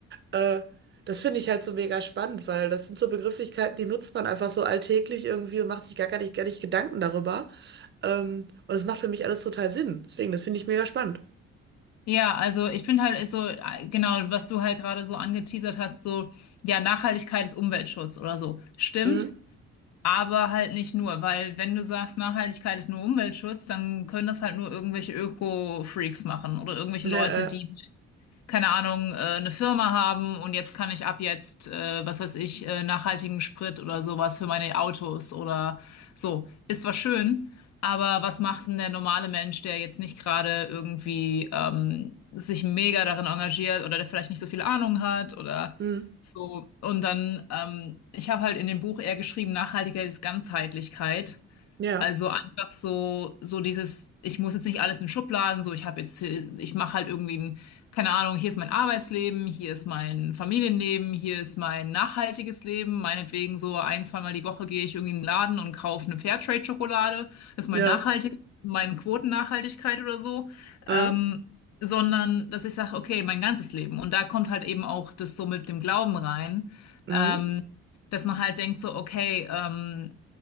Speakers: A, on the right; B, on the left.
A: Äh, das finde ich halt so mega spannend, weil das sind so Begrifflichkeiten, die nutzt man einfach so alltäglich irgendwie und macht sich gar, gar nicht, gar nicht Gedanken darüber. Ähm, und das macht für mich alles total Sinn. Deswegen, das finde ich mega spannend.
B: Ja, also ich finde halt ist so, äh, genau, was du halt gerade so angeteasert hast, so, ja, Nachhaltigkeit ist Umweltschutz oder so. Stimmt,
A: Mhm.
B: aber halt nicht nur, weil wenn du sagst, Nachhaltigkeit ist nur Umweltschutz, dann können das halt nur irgendwelche Öko-Freaks machen oder irgendwelche
A: Ja,
B: Leute, die
A: äh,
B: keine Ahnung, äh, eine Firma haben und jetzt kann ich ab jetzt, äh, was weiß ich, äh, nachhaltigen Sprit oder sowas für meine Autos oder so. Ist zwar schön, aber was macht denn der normale Mensch, der jetzt nicht gerade irgendwie ähm, sich mega darin engagiert oder der vielleicht nicht so viel Ahnung hat oder
A: mhm.
B: so. Und dann, ähm, ich habe halt in dem Buch eher geschrieben, Nachhaltigkeit ist Ganzheitlichkeit.
A: ja,
B: Also einfach so, so dieses, ich muss jetzt nicht alles in Schubladen, so ich habe jetzt, ich mache halt irgendwie ein, keine Ahnung, hier ist mein Arbeitsleben, hier ist mein Familienleben, hier ist mein nachhaltiges Leben. Meinetwegen so ein, zweimal die Woche gehe ich irgendwie in den Laden und kaufe eine Fairtrade-Schokolade. Das ist mein
A: ja,
B: nachhaltig, meine Quotennachhaltigkeit oder so.
A: äh,
B: Ähm, sondern, dass ich sage, okay, mein ganzes Leben. Und da kommt halt eben auch das so mit dem Glauben rein.
A: mhm.
B: Ähm, dass man halt denkt so, okay, ähm,